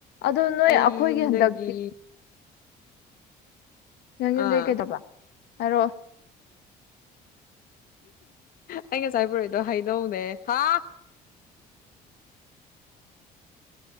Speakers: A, on the left (about 80°); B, on the left (about 55°).
A: ꯑꯗꯨ ꯅꯣꯏ
B: ꯑꯩ
A: ꯑꯩꯈꯣꯏꯒꯤ
B: ꯌꯨꯝꯗꯒꯤ
A: ꯍꯟꯗꯛꯇꯤ ꯅꯪ
B: ꯑꯥ
A: ꯌꯨꯝꯗꯩ ꯀꯩꯗꯧꯕ ꯍꯥꯏꯔꯑꯣ
B: ꯑꯩ ꯉꯥꯁꯥꯏ ꯄꫭꯔꯛꯏ ꯗꯣ ꯍꯩꯅꯧꯅꯦ ꯍꯥ